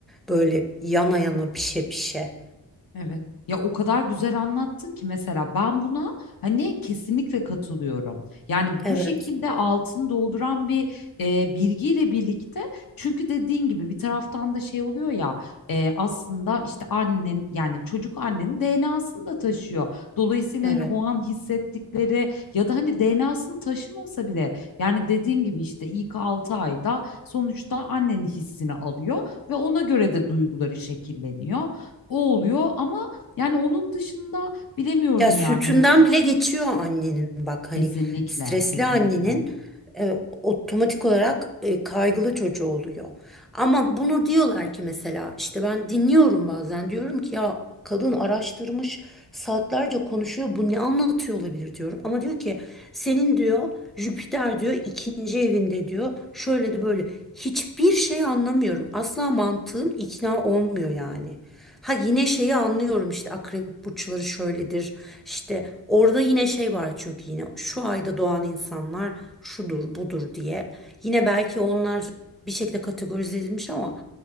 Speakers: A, in the centre; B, on the left.
A: böyle yana yana pişe pişe.
B: Evet. Ya o kadar güzel anlattın ki mesela ben buna hani kesinlikle katılıyorum. Yani
A: Evet,
B: bu şekilde altını dolduran bir e, bilgiyle birlikte çünkü dediğin gibi bir taraftan da şey oluyor ya e, aslında işte annen yani çocuk annenin DNA'sını da taşıyor. Dolayısıyla
A: evet.
B: hani o an hissettikleri ya da hani DNA'sını taşımasa bile yani dediğin gibi işte ilk 6 ayda sonuçta annenin hissini alıyor ve ona göre de duyguları şekilleniyor o oluyor ama yani onun dışında bilemiyorum
A: Ya sütünden
B: yani hani
A: bile geçiyor annenin bak hani
B: kesinlikle
A: stresli
B: kesinlikle.
A: annenin e, otomatik olarak e, kaygılı çocuğu oluyor. Ama bunu diyorlar ki mesela işte ben dinliyorum bazen diyorum ki ya kadın araştırmış saatlerce konuşuyor bu ne anlatıyor olabilir diyorum. Ama diyor ki senin diyor Jüpiter diyor ikinci evinde diyor şöyle de böyle hiçbir şey anlamıyorum asla mantığım ikna olmuyor yani. Ha yine şeyi anlıyorum işte akrep burçları şöyledir. İşte orada yine şey var çünkü yine şu ayda doğan insanlar şudur budur diye. Yine belki onlar bir şekilde kategorize edilmiş ama